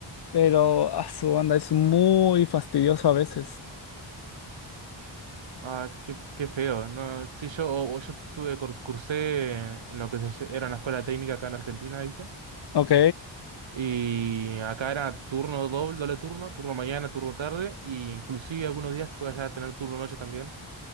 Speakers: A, on the left; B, on the right.
A: Pero a su onda es muy fastidioso a veces.
B: Ah, qué, qué feo. No, sí, yo, o- o yo tuve curs- cursé en lo que se, lle- era una escuela técnica acá en Argentina, ¿viste?
A: Ok,
B: Y acá era turno doble, doble turno, turno mañana, turno tarde, y inclusive algunos días te podías llegar a tener turno noche también.